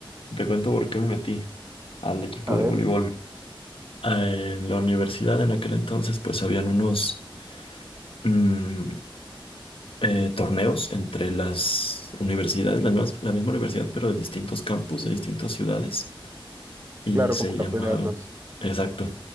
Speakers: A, on the left; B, on the right.
A: te cuento por qué me metí al equipo
B: a
A: de
B: ver,
A: voleibol. Eh, en la universidad en aquel entonces, pues habían unos mm, eh, torneos entre las universidades, la misma, la misma universidad, pero de distintos campus, de distintas ciudades, y
B: claro,
A: se
B: como campeonatos.
A: llamaban, exacto.